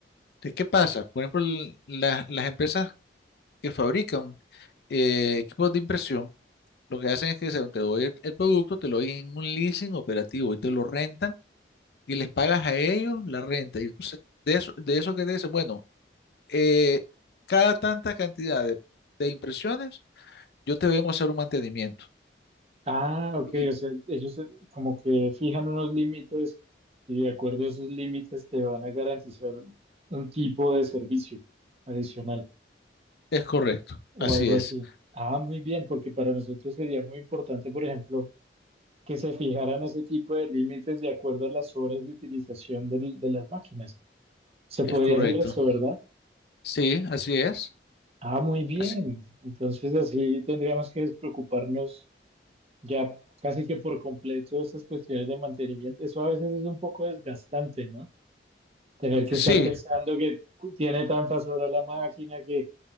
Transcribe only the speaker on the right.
Ah, ok,
o sea, ellos eh, como que fijan unos límites y de acuerdo a esos límites te van a garantizar un tipo de servicio adicional
o
algo
así. Ah, muy bien, porque para nosotros sería muy importante, por ejemplo, que se fijaran ese tipo de límites de acuerdo a las horas de utilización del- de, las máquinas. Se
podría
hacer eso, ¿verdad?
Ah, muy bien.
Entonces así tendríamos que despreocuparnos ya casi que por completo de estas cuestiones de mantenimiento. Eso a veces es un poco desgastante, ¿no? Tener que
estar pensando que cu- tiene tantas horas la máquina que